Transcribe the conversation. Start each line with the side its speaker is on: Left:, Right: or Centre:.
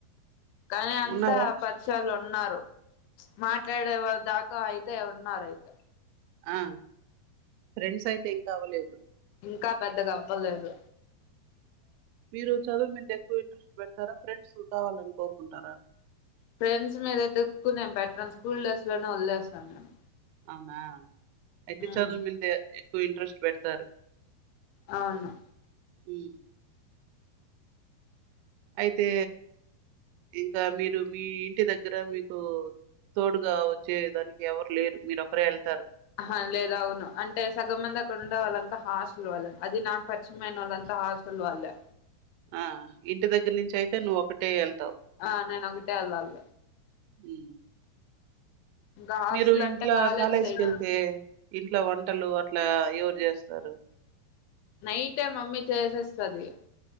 Left: ఆ అంతా
Right: ఉన్నారా?
Left: పరిచయాలు ఉం ఉన్నారు మాట్లాడేవ దాకా అయితే ఉన్నారు అయితే
Right: ఆ ఫ్రెండ్స్ అయితే ఇంకా అవలేదు
Left: ఇంకా పెద్దగా అవ్వలేదు
Right: మీరు చదువు మింద ఎక్కువ ఇంట్రెస్ట్ పెడతారా ఫ్రెండ్స్ కావాలని కోరుకుంటారా
Left: ఫ్రెండ్స్ మీదైతే ఎక్కువ నేను పెట్టను స్కూల్ డేస్ లోనే వదిలేస్తాను నేను
Right: అవునా అయితే
Left: ఉమ్
Right: చదువు మింద ఎక్కువ ఇంట్రెస్ట్ పెడతారు
Left: అవును
Right: ఈ అయితే ఇంకా మీరు మీ ఇంటి దగ్గర మీకు తోడుగా వచ్చే దానికి ఎవరు లేరు మీరొక్కరే వెళ్తారు
Left: ఆహ లేదు అవును అంటే సగం మంది అక్కడ ఉండే వాళ్ళంతా హాస్టల్ వాళ్ళది నా పరిచయంమయిన వాళ్ళంతా హాస్టల్ వాళ్ళే
Right: ఆ ఇంటి దగ్గర నుంచి అయితే నువ్వు ఒకటే వెళ్తావు
Left: ఆ నేనొకటె వెళ్ళాలి
Right: ఈ
Left: ఇంకా హాస్టల్
Right: మీరు ఇంట్లో
Left: అంటే కాలేజ్
Right: కాలేజీకి
Left: సైడ్
Right: వెళ్తే ఇంట్లో వంటలు అట్లా ఎవరు చేస్తారు
Left: నైటే మమ్మీ చేసేస్తది